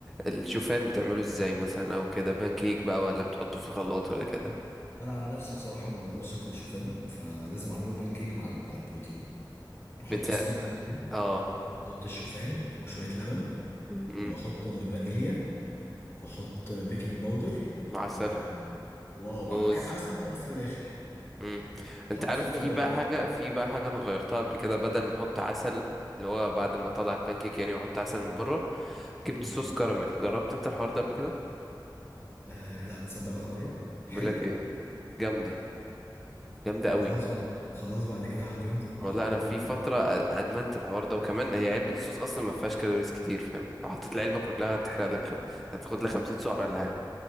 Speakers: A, in the centre; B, on the left.
A: الشوفان بتعمله ازاي مثلا او كده بانكيك بقى ولا بتحطه في الخلاط ولا كده
B: انا عن نفسي بصراحه ما بقدرش اكل الشوفان فلازم اعمله بان كيك مع البروتين بحط
A: بت...
B: سكوب بروتين
A: اه
B: بحط الشوفان وشويه لبن
A: امم
B: واحط فانيليا واحط بيكنج باودر
A: عسل
B: و واو
A: موز
B: ع- ك- عسل بقى بس في الاخر
A: امم انت
B: احط
A: عارف
B: سكر
A: في
B: دايت
A: بقى حاجة في بقى حاجة انا غيرتها قبل كده بدل ما احط عسل اللي هو بعد ما اطلع البانكيك يعني واحط عسل من بره جبت
B: مم.
A: صوص كراميل جربت انت الحوار ده قبل كده
B: آه لا تصدق ولا مره حلو
A: بقول لك ايه جامده جامده قوي
B: خلاص بقى خلاص بعد كده هتمضوا هعمله
A: والله انا في فتره أ- ادمنت الحوار ده وكمان هي علبه الصوص اصلا ما فيهاش كالوريز كتير فاهم لو حطيت العلبه كلها هتحرق لك خم... هتاخد لك 50 سعره ولا حاجه